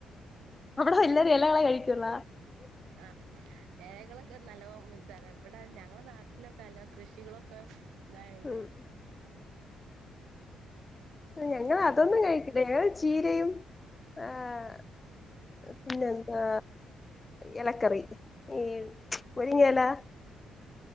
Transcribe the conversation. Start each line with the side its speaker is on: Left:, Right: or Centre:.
Left: അവടെ എല്ലരും എലകളെ കഴിക്ക്ള്ളാ
Right: ആഹ് എലകളൊക്കെ നല്ലോ <unintelligible> ഇവടെ ഞങ്ങടെ നാട്ടിലൊക്കേ അല്ലോ കൃഷികളൊക്കെ ന്തായോണ്ട്
Left: ഉം ഞങ്ങള്
Right: എല്ലാരും
Left: അതൊന്നും
Right: കഴിക്കും
Left: കയിക്കില്ലാ ഞങ്ങള് ചീരയും ആഹ് പിന്നെ എന്താ ഇലക്കറി ഈ മുരിങ്ങേലാ